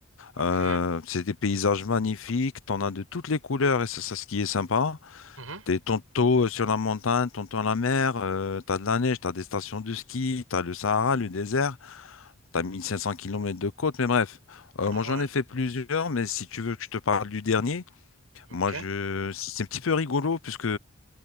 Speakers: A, on the right (about 85°); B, on the left (about 70°).
A: Ok.
B: Euh, c'est des paysages magnifiques, t'en as de toutes les couleurs, et c'est ça ce qui est sympa.
A: Mhm.
B: T'es tantôt euh, sur la montagne, tantôt à la mer, euh, t'as de la neige, t'as des stations de ski, t'as le Sahara, le désert, t'as 1500 kilomètres de côte, mais bref. Euh,
A: Ah
B: moi, j'en
A: ouais.
B: ai fait plusieurs, mais si tu veux que je te parle du dernier,
A: Ok.
B: moi, je... c'est un petit peu rigolo, puisque...